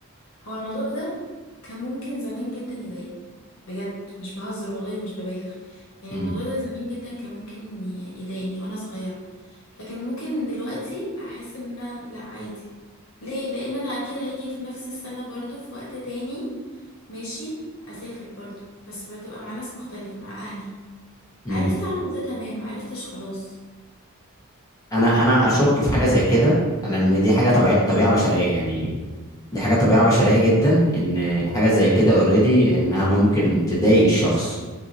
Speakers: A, on the left; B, on the left.
A: هو الموضوع ده كان ممكن زمان جدا يضايقني بجد مش بهزر والله ومش ببالغ يعني
B: مم.
A: الموضوع ده زمان جدا كان ممكن ي- يضايقني وانا صغيره لكن ممكن دلوقتي احس ان انا لا عادي ليه لان انا اكيد هيجي في نفس السنه برضو في وقت تاني ماشي اسافر برضو بس بتبقى مع ناس مختلفه مع اهلي
B: مم.
A: عرفت اعمل ده تمام ما عرفتش خلاص
B: انا انا اشك في حاجه زي كده انا ان دي حاجه طبيعيه طبيعه بشريه يعني دي حاجه طبيعه بشريه جدا ان حاجه زي كده اوريدي انها ممكن تضايق الشخص